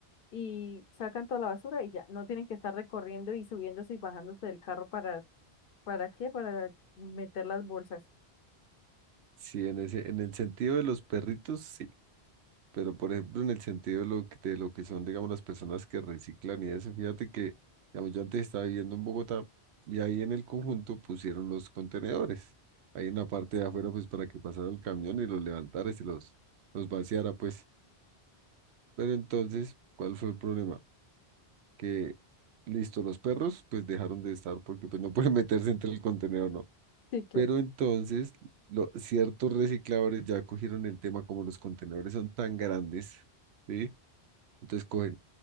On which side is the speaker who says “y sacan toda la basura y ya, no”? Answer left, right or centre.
Left